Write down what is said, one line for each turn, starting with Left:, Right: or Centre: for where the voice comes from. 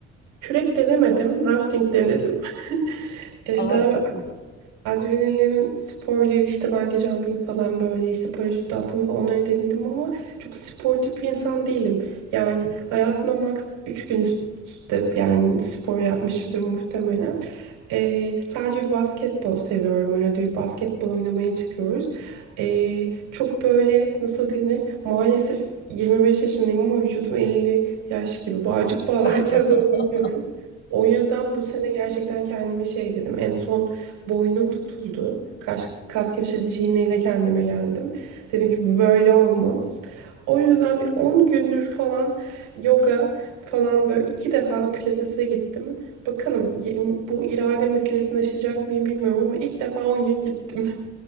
Right: Kürek denemedim, rafting denedim. <laughs> Ee,
Left: Aa
Right: daha böyle
Left: çok güzel.
Right: Adrenalin sporları işte bungee jumping falan böyle işte paraşüt atlama falan onları denedim ama çok sportif bir insan değilim. Yani hayatımda max 3 gün üst üste yani spor yapmışımdır muhtemelen. Ee, sadece bir basketbol seviyorum. Arada bir basketbol oynamaya çıkıyoruz. Ee, çok böyle nasıl denir? Maalesef 25 yaşındayım ama vücudum elli yaş gibi. Bağcık bağlarken
Left: <laughs>
Right: <laughs> zorlanıyorum. O yüzden bu sene gerçekten kendime şey dedim. En son boynum tutuldu. Kas, kas gevşetici iğneyle kendime geldim. Dedim ki bu böyle olmaz. O yüzden bir 10 gündür falan yoga falan böyle iki defa da pilatese gittim. Bakalım yirmi- bu irade meselesini aşacak mıyım bilmiyorum ama ilk defa 10 gün gittim.